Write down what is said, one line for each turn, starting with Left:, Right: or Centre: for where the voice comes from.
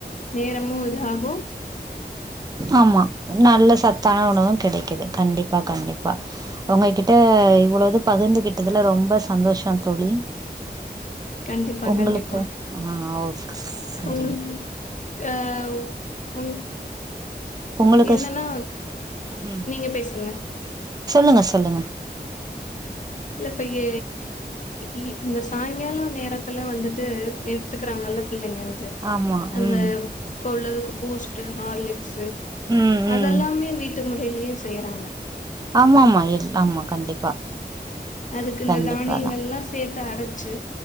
Left: நேரமும் இதாகும்
Right: ஆமா நல்ல சத்தான உணவும் கெடைக்குது கண்டிப்பா கண்டிப்பா ஒங்ககிட்ட இவ்வலது பகிர்ந்துகிட்டதுல ரொம்ப சந்தோஷம் தொழி
Left: கண்டிப்பா
Right: ஒங்களுக்கு
Left: கண்டிப்பா
Right: ஆ ஓ செரிங்க
Left: உங்களுக்கு ஆ உங்
Right: உங்களுக்கு
Left: என்னனா
Right: ம்
Left: நீங்க பேசுங்க
Right: சொல்லுங்க சொல்லுங்க
Left: இல்ல இப்ப இ இ இந்த சாயங்காலம் நேரத்துல வந்துட்டு எடுத்துக்குறாங்கல்ல பிள்ளைங்க வந்து
Right: ஆமா
Left: அந்த
Right: ம்
Left: இப்ப உள்ளதுக்கு பூஸ்ட் ஹார்லிக்ஸு
Right: ம் ம்
Left: அதெல்லாமே வீட் முறையிலயும் செய்யறாங்க
Right: ஆமா ஆமா ஏன் ஆமா கண்டிப்பா
Left: அதுக்கு இந்த
Right: கண்டிப்பாதா
Left: தானியங்கல்லாம் சேத் து அரச்சு